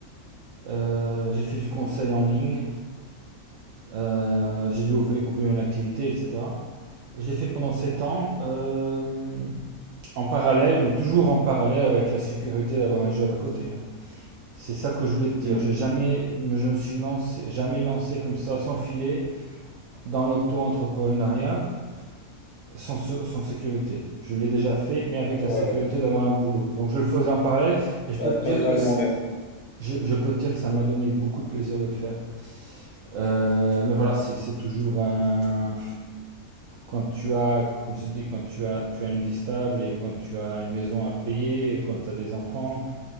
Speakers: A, on the right (about 70°); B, on the left (about 85°).
A: Euh, j'ai fait du conseil en ligne, euh, j'ai dû ouvrir, ouvrir une activité, etc. Et je l'ai fait pendant 7 ans, euh, en parallèle, mais toujours en parallèle avec la sécurité d'avoir un job à côté. hein. C'est ça que je voulais te
B: Mhm.
A: dire. J'ai jamais, je me suis lancé, jamais lancé comme ça, sans filet, dans l'auto-entrepreneuriat, sans, sans sécurité. Je l'ai déjà fait, mais avec
B: Ouais,
A: la sécurité d'avoir un boulot. Donc je le faisais en parallèle, et je peux
B: tu as
A: te
B: totalement
A: dire que
B: raison.
A: je, je peux te dire que ça m'a donné beaucoup de plaisir de le faire. Euh, mais voilà, c'est c'est toujours un... Quand tu as, comme je te dis, quand tu as, tu as une vie stable et quand tu as une maison à payer et quand tu as des enfants,